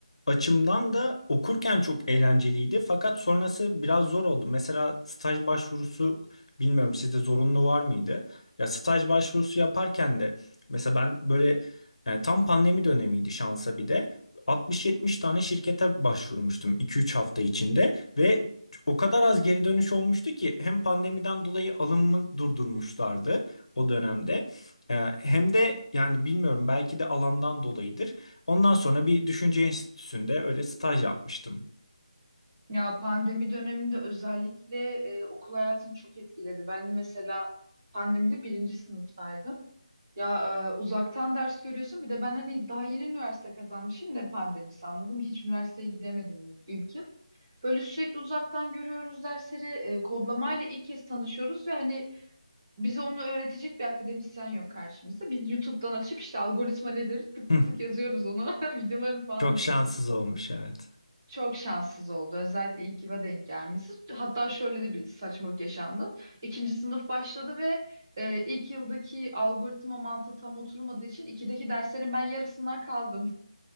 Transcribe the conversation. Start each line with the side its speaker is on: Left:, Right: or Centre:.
Left: açımdan da okurken çok eğlenceliydi fakat sonrası biraz zor oldu. Mesela staj başvurusu Bilmiyorum sizde zorunlu var mıydı? Ya staj başvurusu yaparken de mesela ben böyle e, tam pandemi dönemiydi şansa bir de 60-70 tane şirkete başvurmuştum 2-3 hafta içinde ve o kadar az geri dönüş olmuştu ki hem pandemiden dolayı alımı durdurmuşlardı o dönemde. E, Hem de yani bilmiyorum belki de alandan dolayıdır. Ondan sonra bir düşünce enstitüsünde öyle staj yapmıştım.
Right: Ya pandemi döneminde özellikle e, okul hayatını çok etkiledi. Ben de mesela pandemide birinci sınıftaydım. Ya e, uzaktan ders görüyorsun. Bir de ben hani daha yeni üniversite kazanmışım ne pandemisi anladım. Hiç üniversiteye gidemedim ilk yıl. Böyle sürekli uzaktan görüyoruz dersleri. E, kodlamayla ilk kez tanışıyoruz ve hani bize onu öğretecek bir akademisyen yok karşımızda. Biz YouTube'dan açıp işte algoritma nedir tık tık
Left: Hı,
Right: tık yazıyoruz onu. <laughs> Videoları falan
Left: çok
Right: izliyoruz.
Left: şanssız olmuş evet.
Right: Çok şanssız oldu. Özellikle ilk yıla denk gelmesi. Hatta şöyle de bir saçmalık yaşandı. İkinci sınıf başladı ve e, ilk yıldaki algoritma mantığı tam oturmadığı için ikideki derslerin ben yarısından kaldım.